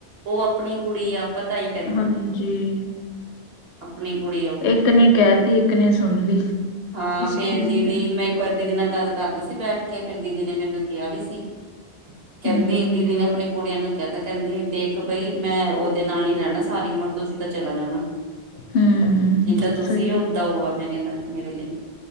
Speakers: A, on the right; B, on the left.
A: ਉਹ ਆਪਣੀ ਕੁੜੀ ਆ ਆਪਾਂ ਤਾਂ ਆਹੀ ਕਹਿੰਦੇ
B: ਹਾਂਜੀ।
A: ਆ। ਆਪਣੀ ਕੁੜੀ ਆ ਉਹ ਵੀ
B: ਇੱਕ ਨੇ ਕਹਿ ਤੀ ਇੱਕ ਨੇ ਸੁਣ ਲਈ।
A: ਹਾਂ
B: ਬਸ
A: ਫੇਰ
B: ਠੀਕ
A: ਦੀਦੀ,
B: ਹੈ
A: ਮੈਂ ਇੱਕ ਵਾਰੀ ਦੀਦੀ ਨਾਲ ਗੱਲ ਕਰ ਰਹੀ ਸੀ ਬੈਠ ਕੇ, ਕੇ ਫਿਰ ਦੀਦੀ ਨੇ ਮੈਨੂੰ ਕਿਹਾ ਵੀ ਸੀ। ਕਹਿੰਦੀ
B: ਹਮ
A: ਦੀਦੀ ਨੇ ਆਪਣੀ। ਕੁੜੀਆਂ ਨੂੰ ਕਹਿਤਾ ਕਹਿੰਦੀ ਦੇਖ ਬਈ ਮੈਂ ਉਹਦੇ ਨਾਲ ਹੀ ਰਹਿਣਾ ਸਾਰੀ ਉਮਰ ਤੁਸੀਂ ਤਾਂ ਚਲਾ ਜਾਣਾ।
B: ਹਮ
A: ਜਿੱਦਾਂ ਤੁਸੀਂ
B: ਸਹੀ
A: ਓਦਾਂ ਉਹ ਆ ਮੇਰੇ ਨਾਲ ਮੇਰੇ ਲਈ।